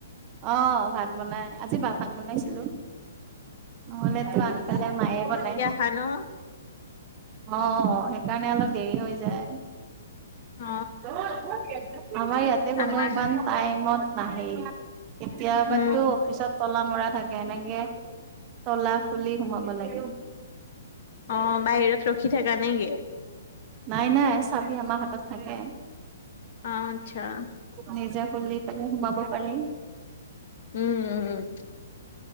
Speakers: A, on the right; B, on the left.
A: অঁ ভাত বনাই, আজি ভাত বনাইছিলো। নহ'লেতো আনকালে মায়ে বনাই
B: হয় নে?
A: অঁ সেইকাৰণে অলপ দেৰি হৈ যায়।
B: অ
A: আমাৰ ইয়াতে কোনো
B: আমাৰ
A: ইমান টাইমত নাহেই, কেতিয়াবো
B: উম
A: অফিচত তলা মৰা থাকে এনেকে তলা খুলি সোমাব লাগে।
B: অঁ বাহিৰত ৰখি থাকা নেকি?
A: নাই নাই চাবি আমাৰ হাতত থাকে।
B: অ আচ্ছা
A: নিজছ খুলি পেলাই কেনে সোমাব পাৰি।
B: উম উম উম।